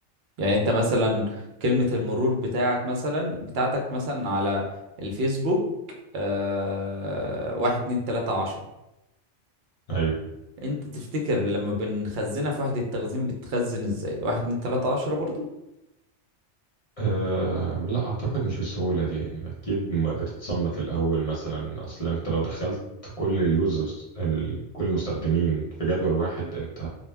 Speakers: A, on the right (about 65°); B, on the left (about 35°).
A: يعني انت مثلا كلمة المرور بتاعك مثلا بتاعتك مثلا على الفيسبوك آه... واحد اتنين تلاتة عشرة
B: أيوه
A: انت تفتكر لما بنخزنها في وحدة التخزين بتخزن ازاي واحد اتنين تلاتة عشرة برضو
B: آه لا أعتقد مش بالسهولة دي يعني أكيد ما بتتصنف الأول مثلا أصلا أنت لو دخلت كل اليوزرز ال- كل المستخدمين في جدول واحد أنت